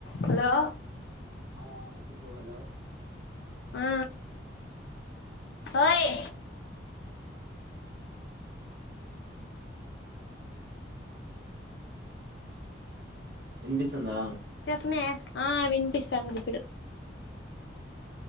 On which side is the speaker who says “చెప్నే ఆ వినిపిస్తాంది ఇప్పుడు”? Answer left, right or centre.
Left